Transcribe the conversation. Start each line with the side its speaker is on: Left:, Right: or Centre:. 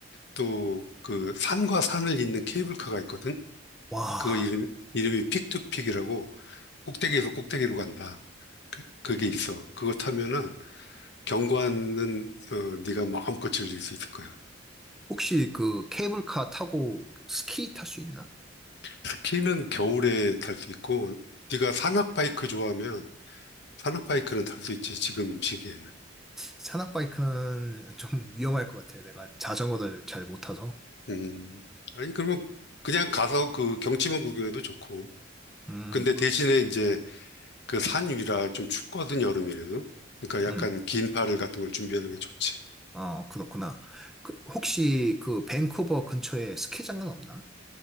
Left: 또 그 산과 산을 잇는 케이블카가 있거든.
Centre: 와.
Left: 그거 이름 이름이 픽투픽이라고 꼭대기에서 꼭대기로 간다. 그, 그게 있어. 그거 타면은 경관은 어, 네가 마음껏 즐길 수 있을 거야.
Centre: 혹시 그 케이블카 타고 뭐 스키 탈 수 있나?
Left: 스키는 겨울에 탈 수 있고 네가 산악 바이크 좋아하면 산악 바이크는 탈 수 있지 지금 시기에는.
Centre: 산악바이크는 <laughs> 좀 위험할 것 같아. 내가 자전거를 잘 못 타서.
Left: 음. 아니, 그러면 그냥 가서 그 경치만 구경해도 좋고.
Centre: 음,
Left: 근데 대신에 이제 그 산 위라 좀 춥거든, 여름이라도. 그러니까
Centre: 음,
Left: 약간 긴 파를 같은 걸 준비하는 게 좋지.
Centre: 어, 그렇구나. 그, 혹시 그 밴쿠버 근처에 스키장은 없나?